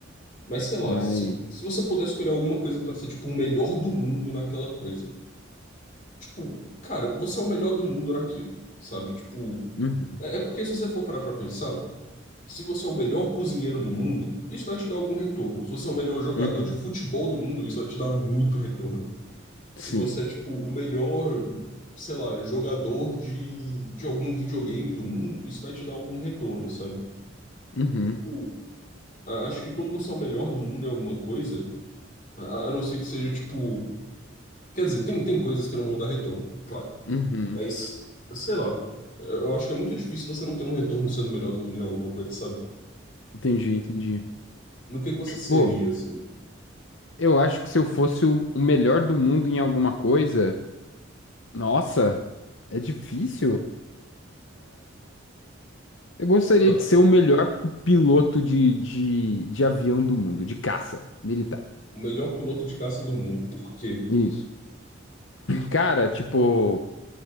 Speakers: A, on the left; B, on the left.
A: Mas sei lá,
B: Mas.
A: se, se você pudesse escolher alguma coisa pra ser, tipo, o melhor do mundo naquela coisa. Tipo, cara, você é o melhor do mundo naquilo, sabe? Tipo,
B: Uhum,
A: é, é porque se você for parar pra pensar, se você é o melhor cozinheiro do mundo, isso vai te dar algum retorno. Se você é o melhor jogador
B: uhum,
A: de futebol do mundo, isso vai te dar muito retorno. Se
B: sim.
A: você é, tipo, o melhor, sei lá, jogador de, de algum videogame do mundo, isso vai te dar algum retorno, sabe?
B: Uhum,
A: Tipo, a- acho que quando você é o melhor do mundo em alguma coisa. A, a não ser que seja tipo. Quer dizer, tem, tem coisas que não vão dar retorno, claro.
B: uhum.
A: Mas, sei lá. Eu eu acho que é muito difícil você não ter um retorno sendo o melhor do mundo em alguma coisa, sabe?
B: Entendi, entendi.
A: No que que você seria,
B: Pô,
A: assim?
B: eu acho que se eu fosse o o melhor do mundo em alguma coisa, nossa, é difícil. Eu gostaria
A: Ah,
B: de ser o melhor p- piloto de, de, de avião do mundo, de caça militar.
A: o melhor piloto de caça do mundo. Por quê?
B: Isso. Cara, tipo,